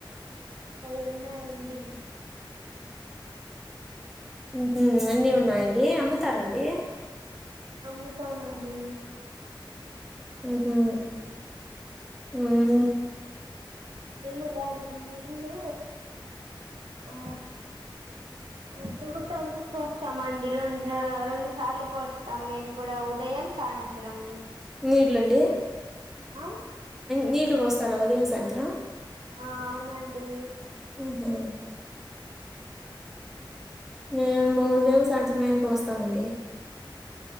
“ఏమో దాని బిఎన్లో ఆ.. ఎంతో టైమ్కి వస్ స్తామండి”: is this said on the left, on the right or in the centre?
Right